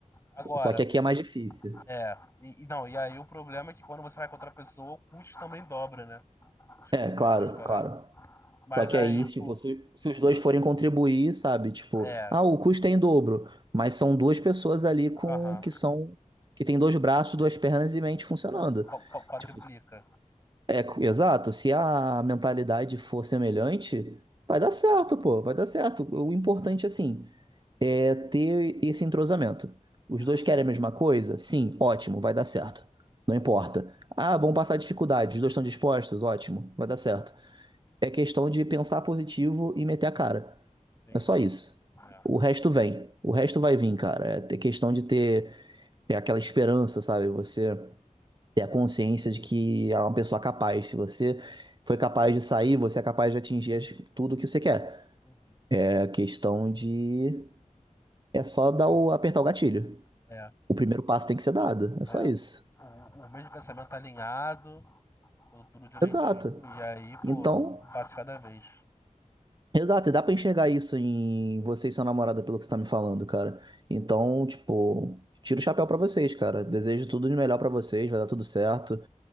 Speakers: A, on the left; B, on the right.
A: Agora,
B: Só que aqui é mais difícil.
A: é, e, e não, e aí o problema é que quando você vai contra a pessoa, o custo também dobra, né? Os custos,
B: É, claro,
A: as paradas.
B: claro.
A: Mas
B: Só que
A: aí,
B: aí, tipo,
A: pô,
B: se, se os dois forem contribuir, sabe? Tipo,
A: é,
B: ah, o custo é em dobro, mas são duas pessoas ali com
A: aham,
B: que são que tem dois braços, duas pernas e
A: sim.
B: mente funcionando.
A: Qu- qu- quadriplica.
B: Tipo, é co- exato, se a
A: Uhum.
B: mentalidade for semelhante, vai dar certo, pô, vai dar certo. O importante assim é ter esse entrosamento. Os
A: É,
B: dois querem a mesma coisa? Sim, ótimo, vai dar certo. Não importa. Ah, vão passar dificuldade, os dois estão dispostos? Ótimo, vai dar certo. É questão de pensar positivo e meter a cara.
A: sim,
B: É só
A: sim.
B: isso.
A: É.
B: O resto vem. O resto vai vir, cara. É ter questão de ter é aquela esperança, sabe? Você ter a consciência de que é uma pessoa capaz. Se você foi capaz de sair, você é capaz de atingir as- tudo que você quer.
A: Uhum.
B: É questão de. É só dar
A: Ah,
B: o... apertar o gatilho.
A: é,
B: O primeiro passo tem que ser dado. É só
A: é.
B: isso.
A: O, o mesmo pensamento tá alinhado, tudo tudo direitinho,
B: Exato.
A: e aí, pô,
B: Então.
A: um passo cada vez.
B: Exato, e dá pra enxergar isso em você e sua namorada, pelo que você tá me falando, cara. Então, tipo, tiro o chapéu pra vocês, cara. Desejo tudo de melhor pra vocês, vai dar tudo certo.